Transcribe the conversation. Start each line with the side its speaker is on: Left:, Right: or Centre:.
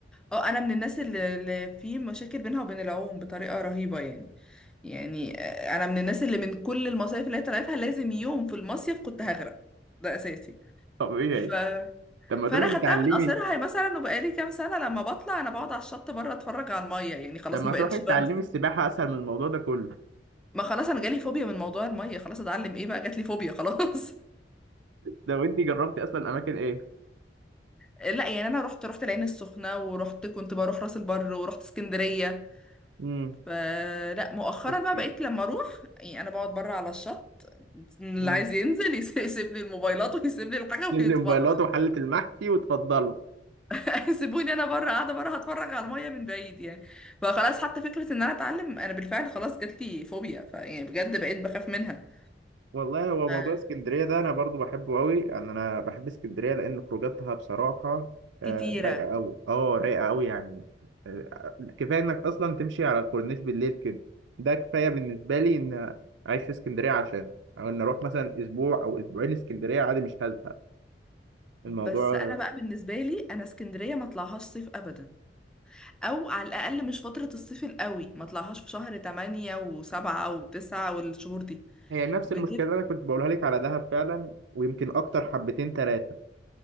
Centre: اه انا من الناس اللي, اللي في مشاكل بينها وبين العوم بطريقه رهيبه يعني يعني آه، انا من الناس اللي من كل المصايف اللي هي طلعتها لازم يوم في المصيف كنت هغرق ده اساسي
Right: طبيعي
Centre: ف...
Right: طب ما
Centre: فانا
Right: تروحي
Centre: خدتها
Right: تتعلمي
Centre: من قصرها مثلا وبقالي كام سنه لما بطلع انا بقعد على الشط بره اتفرج على الميه يعني خلاص
Right: طب ما
Centre: ما بقتش
Right: تروحي تتعلمي
Centre: بنزل
Right: السباحة أسهل من الموضوع ده كله
Centre: ما خلاص انا جالي فوبيا من موضوع الميه خلاص اتعلم ايه بقى جات لي فوبيا خلاص
Right: ده وأنتي جربتي أصلا أماكن إيه؟
Centre: لا يعني انا رحت رحت العين السخنه ورحت كنت بروح راس البر ورحت اسكندريه
Right: امم
Centre: فلا مؤخرا
Right: اسكندرية
Centre: بقى بقيت لما اروح يعني انا بقعد بره على الشط اللي
Right: امم
Centre: عايز ينزل يس- يسيب لي الموبايلات ويسيب لي الحاجه
Right: الموبايلات
Centre: ويتفضل
Right: <laughs> وحلة المحشي وتفضلوا
Centre: <laughs> سيبوني انا بره قاعده بره هتفرج على الميه من بعيد يعني فخلاص حتى فكره ان انا اتعلم انا بالفعل خلاص جات لي فوبيا فيعني بجد بقيت بخاف منها
Right: والله هو
Centre: ف-
Right: موضوع اسكندرية ده أنا برضو بحبه قوي يعني أنا بحب اسكندرية لأن خروجاتها بصراحة آه،
Centre: كتيره
Right: رايقة قوي أه رايقة قوي يعني آه، كفاية إنك أصلا تمشي على الكورنيش بالليل كده ده كفاية بالنسبة لي إن أعيش في اسكندرية عشان أو إن أروح مثلا أسبوع أو أسبوعين اسكندرية عادي مش هزهق
Centre: بس
Right: الموضوع
Centre: انا بقى بالنسبه لي انا اسكندريه ما اطلعهاش صيف ابدا او على الاقل مش فترة الصيف القوي ما طلعهاش في شهر 8 و7 و9 والشهور دي
Right: هي نفس
Centre: بتبقى
Right: المشكلة اللي أنا كنت بقولها لك على دهب فعلا ويمكن أكتر حبتين تلاتة